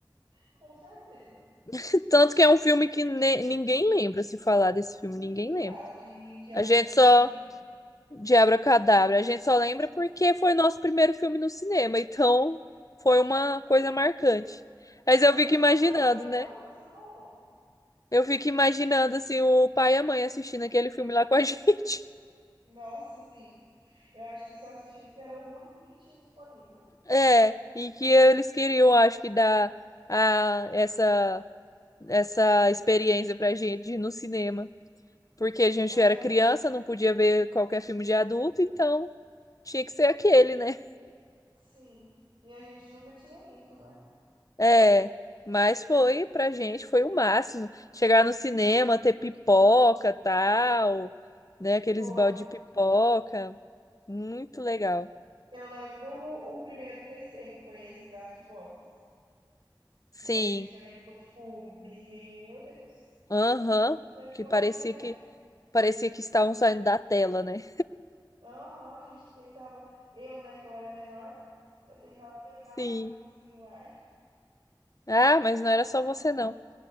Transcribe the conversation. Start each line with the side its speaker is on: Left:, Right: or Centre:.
Right: Com certeza.
Left: <laughs> Tanto que é um filme que ne- ninguém lembra se falar desse filme,
Right: Ninguém
Left: ninguém lembra.
Right: fala de, de Abra.
Left: A gente só
Right: De...
Left: de Abracadabra, a gente só lembra
Right: Ah.
Left: porque foi nosso primeiro filme no cinema, então foi uma coisa
Right: Tanto
Left: marcante. Mas eu
Right: tanto
Left: fico
Right: é
Left: imaginando,
Right: que eu só lembrei agora
Left: né?
Right: que você falou.
Left: Eu fico imaginando assim o pai e a mãe assistindo aquele filme lá com a <laughs> gente.
Right: Nossa, sim. Eu acho que só assistiram porque era o único que tinha disponível.
Left: É, e que eles queriam, acho que, dar a, essa, essa experiência pra gente de ir no cinema. Porque a gente
Right: É,
Left: era criança, não podia ver qualquer filme de adulto, então tinha que ser aquele, né?
Right: sim. E a gente nunca tinha ido, né?
Left: É, mas foi, pra gente, foi o máximo. Chegar no cinema, ter pipoca, tal, né? Aqueles
Right: Foi.
Left: balde de pipoca. Muito legal.
Right: Eu lembro o, o primeiro 3D, que foi esse Gato de Botas.
Left: Sim,
Right: Que a gente também ficou tipo, meu Deus,
Left: aham,
Right: que tecnologia
Left: que parecia
Right: é
Left: que
Right: essa?
Left: parecia que estavam saindo da tela, né?
Right: Aham, a gente tentava. Eu, né, que eu era menor, eu tentava pegar
Left: Sim.
Right: as coisas assim no ar.
Left: Ah,
Right: Eu
Left: mas
Right: esticava
Left: não era só
Right: minha
Left: você,
Right: mão.
Left: não.